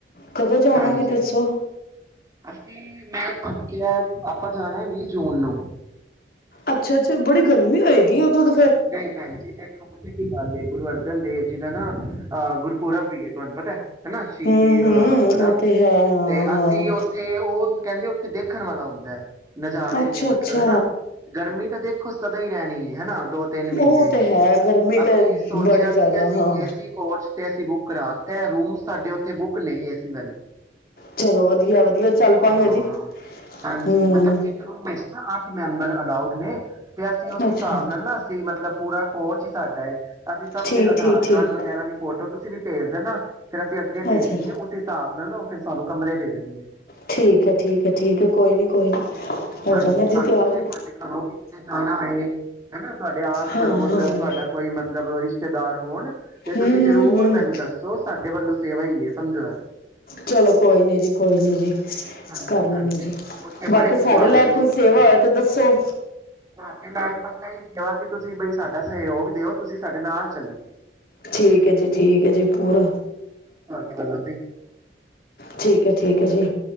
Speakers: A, on the left (about 55°); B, on the right (about 20°).
A: ਕਦੋਂ ਜਾਣਾ
B: ਹਾਂਜੀ
A: ਏ ਵੀ ਦੱਸੋ?
B: ਅਸੀਂ ਮੈਂ ਤੁਹਾਨੂੰ ਕਿਹਾ ਆਪਾਂ ਜਾਣਾ ਵੀਹ ਜੂਨ ਨੂੰ।
A: ਅੱਛਾ ਅੱਛਾ ਬੜੀ ਗਰਮੀ ਹੋਏਗੀ ਉਦੋਂ ਤੇ
B: ਨਹੀਂ ਭੈਣ ਜੀ ਦੇਖੋ ਕੀ ਗਲ ਏ ਗੁਰੂ ਅਰਜਨ ਦੇਵ ਜੀ ਦਾ ਨਾ ਅਹ ਗੁਰਪੁਰਾਬ ਵੀਏ ਤੁਹਾਨੂੰ ਪਤਾ ਹੈਨਾ ਸ਼ਹੀਦੀ
A: ਹੂੰ ਹੂੰ
B: ਅਹ ਹੈਨਾ
A: ਉਹ ਤੇ ਹੈ ਹਾਂ
B: ਤੇ
A: ਹਾਂ
B: ਅਸੀਂ ਉੱਥੇ ਉਹ ਕਹਿੰਦੇ ਉੱਥੇ ਦੇਖਣ ਵਾਲਾ ਹੁੰਦਾ ਹੈ ਨਜ਼ਾਰੇ
A: ਅੱਛਾ
B: ਨੇ
A: ਅੱਛਾ
B: ਮਤਲਬ ਹੈਨਾ ਗਰਮੀ ਤਾਂ ਦੇਖੋ ਸ ਸਦਾ ਹੀ ਰਹਿਣੀ ਹੈ ਹੈਨਾ ਦੋ ਤਿੰਨ ਮਹੀਨੇ
A: ਉਹ ਤੇ ਹੈ ਗਰਮੀ
B: ਅਸੀਂ
A: ਤੇ
B: ਸੋਚਿਆ
A: ਬੜੀ ਜ਼ਿਆਦਾ
B: ਸੀ ਅਸੀਂ
A: ਹਾਂ
B: ਏਸੀ ਕੋਚ ਅਸੀਂ ਬੁੱਕ ਕਰਾ ਤੇ ਰੂਮ ਸਾਡੇ ਉੱਥੇ ਬੁੱਕ ਨੇ ਏ ਸੀ ਵਾਲੇ
A: ਚਲੋ ਵਧੀਆ ਵਧੀਆ ਚੱਲ ਪਾਂਗੇ
B: ਹਾਂ
A: ਜੀ
B: ਹਾਂਜੀ
A: ਹਮ
B: ਮਤਲਬ ਇੱਕ ਰੂਮ ਵਿੱਚ ਨਾ ਅੱਠ ਮੈਂਬਰ ਅਲਾਊਡ ਨੇ ਤੇ ਅਸੀਂ ਉਸ
A: ਅੱਛਾ
B: ਹਿਸਾਬ ਨਾਲ ਨਾ ਮਤਲਬ ਪੂਰਾ ਕੋਚ ਹੀ ਸਾਡਾ ਐ ਅਸੀਂ ਸਭ
A: ਠੀਕ
B: ਦੇ ਆਧਾਰ
A: ਠੀਕ ਠੀਕ
B: ਕਾਰਡ ਵਗੈਰਾ ਦੀ ਫੋਟੋ ਤੁਸੀਂ ਵੀ ਭੇਜ ਦੇ ਨਾ ਫੇਰ ਅਸੀਂ ਅੱਗੇ ਭੇਜਣੀ
A: ਅੱਛਾ
B: ਆ ਉਸ ਹਿਸਾਬ ਨਾਲ ਉਹ ਫਿਰ ਤੁਹਾਨੂੰ ਕਮਰੇ ਦੇ ਦੇਣਗੇ
A: ਠੀਕ ਹੈ ਠੀਕ ਹੈ ਠੀਕ ਹੈ ਕੋਈ ਨੀ ਕੋਈ ਨੀ ਹੋ
B: ਹਾਂਜੀ
A: ਜਾਗਾ ਜੀ
B: ਬਾਕੀ
A: ਤਿਆਰ
B: ਜੇ ਤੁਹਾਡੇ ਘਰੋਂ ਕਿਸੇ ਨੇ ਜਾਣਾ ਹੋਏ ਹੈਨਾ ਤੁਹਾਡੇ ਆਸ
A: ਹਾਂ
B: ਪੜੋਸ
A: ਹਾਂ
B: ਤੁਹਾਡਾ
A: ਹਮ
B: ਕੋਈ ਮਤਲਬ ਰਿਸ਼ ਰਿਸ਼ਤੇਦਾਰ ਹੋਣ ਤੇ
A: ਹਮ
B: ਤੁਸੀਂ ਜ਼ਰੂਰ
A: ਹਮ
B: ਮੈਨੂੰ ਦੱਸੋ ਸਾਨੂੰ ਦੇ ਵੱਲੋਂ ਸੇਵਾ ਹੀ ਸਮਝੋ ਐ
A: ਚਲੋ ਕੋਈ ਨੀ ਜੀ ਕੋਈ ਨੀ ਜੀ
B: ਹਾਂਜੀ
A: ਕਰ ਲਾਂਗੇ
B: ਹਾਂਜੀ
A: ਜੀ
B: ਉੱਥੇ
A: ਬਾਕੀ
B: ਬੜੇ ਗੁਰਦੁਆਰੇ
A: ਸਾਡੇ ਲਾਇਕ
B: ਨੇ
A: ਕੋਈ ਸੇਵਾ
B: ਤਾਂ
A: ਹੋ ਤੇ ਦੱਸੋ
B: ਤੁਹਾਡੇ ਬਸ ਇਹੀ ਸੇਵਾ ਕਿ ਤੁਸੀਂ ਬਈ ਸਾਡਾ ਸਹਿਯੋਗ ਦਿਓ ਤੁਸੀਂ ਸਾਡੇ ਨਾਲ ਚੱਲੋ
A: ਠੀਕ ਹੈ ਜੀ ਠੀਕ ਹੈ ਜੀ ਪੂਰਾ
B: ਬਦ ਤੇ <unintelligible>
A: ਠੀਕ ਹੈ ਠੀਕ ਹੈ ਜੀ